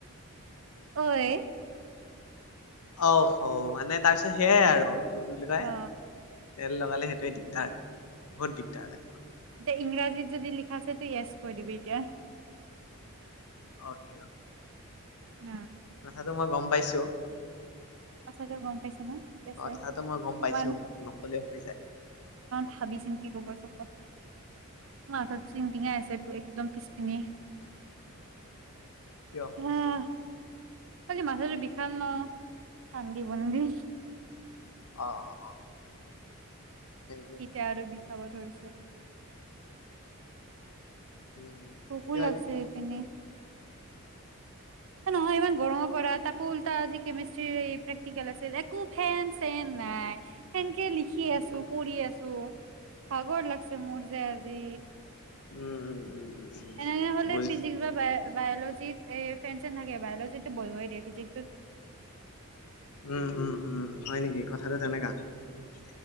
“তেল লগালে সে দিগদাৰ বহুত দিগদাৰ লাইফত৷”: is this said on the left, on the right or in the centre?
Left